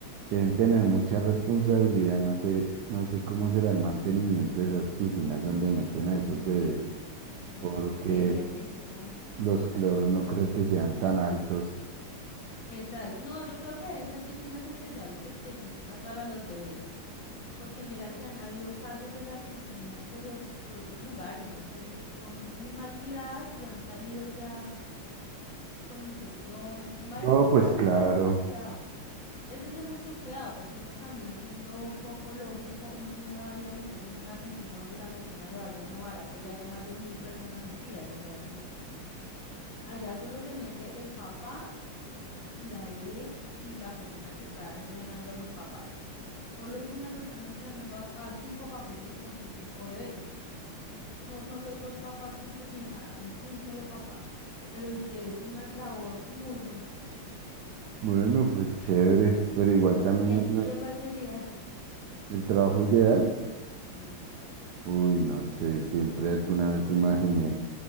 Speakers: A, on the right (about 75°); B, on the left (about 60°).
A: deben tener mucha responsabilidad. No sé, no sé cómo será el mantenimiento de esas piscinas donde meten a esos bebés, porque
B: Ay, yo creería que eso.
A: los cloros no creo que sean tan altos.
B: Exacto. No, yo creo que deben ser piscinas especiales específicas para los bebés. Porque mira que han habido casos de las piscinas de los de otros lugares, no sé, que son muy mal cuidadas y han salido ya con infecciones, con varias
A: No,
B: cosas.
A: pues
B: No, eso
A: claro.
B: debe ser de cuidado. Eso es de mucho cuidado, pues uno también siendo un poco lógico, uno no va a ir a meterse en una piscina donde la piscina le valga a uno barato y haya más de mil personas metidas. O sea, eso allá solo se mete el papá y la bebé y la persona que está entrenando a los papás. Solo es una persona entrenando a, a cinco papitos con sus cinco bebés. No son los dos papás juntos ni nada, es un solo papá. Pero es que es una labor muy bonita.
A: Bueno, pues chévere, pero igual también
B: ¿Y
A: es
B: el tuyo
A: una-
B: cuál sería?
A: el trabajo ideal.
B: Sí.
A: Uy, no sé, siempre alguna vez imaginé